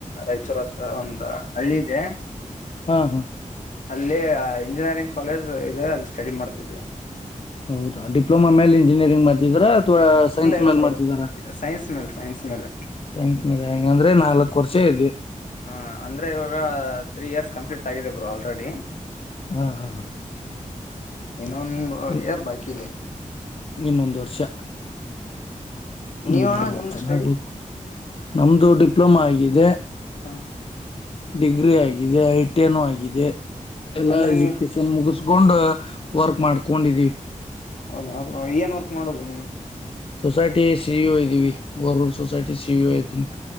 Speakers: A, on the left; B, on the left.
A: ರಾಯಚೂರ್ ಹತ್ರ ಒಂದ ಹಳ್ಳಿ ಇದೆ
B: ಹಾ ಹಾ
A: ಅಲ್ಲಿ ಇಂಜಿನಿಯರಿಂಗ್ ಕಾಲೇಜ್ ಇದೆ ಅಲ್ಲಿ ಸ್ಟಡಿ ಮಾಡ್ತಿದ್ವಿ
B: ಹೌದಾ ಡಿಪ್ಲೊಮಾ ಮೇಲೆ ಇಂಜಿನಿಯಂಗ್ ಮಾಡ್ತಾ ಇದೀರಾ ಸೈನ್ಸ್
A: ಇಲ್ಲ ಇಲ್ಲ
B: ಮೇಲ್
A: ಬ್ರೋ
B: ಮಾಡ್ತಿದಾರೆ
A: ಸೈನ್ಸ್ ಮೇಲೆ ಸೈನ್ಸ್ ಮೇಲೆ
B: ಸೈನ್ಸ್ ಮೇಲೆ ಹಾಗ ಅಂದ್ರೆ ನಾಲ್ಕ್ ವರ್ಷ ಇದೆ
A: ಹ ಅಂದ್ರೆ ಇವಾಗ ತ್ರೀ ಇಯರ್ಸ್ ಕಂಪ್ಲೀಟ್ ಆಗಿದೆ ಬರು ಆಲ್ರೆಡಿ
B: ಹಾ ಹಾ
A: ಇನ್ನೊಂದು
B: ಇನ್-
A: ಇಯಾರ್ ಬಾಕಿ ಇದೆ
B: ಇನ್ನೊಂದು ವರ್ಷ ಹ್ಮ್
A: ನೀವಣ್ಣ ನಿಮ್ದು
B: ಚೆನ್ನಾಗ
A: ಸ್ಟಡಿ
B: ನಮ್ದು ಡಿಪ್ಲೊಮಾ ಆಗಿದೆ
A: ಹಾ
B: ಡಿಗ್ರಿ ಆಗಿದೆ ಐಟೆನ್ ಆಗಿದೆ ಎಲ್ಲಾ
A: ಅಂದ್ರೆ
B: ಎಜುಕೇಶನ್
A: ನೀವು
B: ಮುಗಿಸ್ ಗೊಂಡ್ ವರ್ಕ್ ಮಾಡ್ಕೊಂಡಿದೀವಿ
A: ಹೌದ ಹೌ ಏನ್ ವರ್ಕ್ ಮಾಡೋದು ನೀವು
B: ಸೊಸೈಟಿ ಸಿಇ ಒ ಇದ್ದೀವಿ ವರೂರ್ ಸೊಸೈಟಿ ಸಿಇ ಒ ಇದ್ದೀನಿ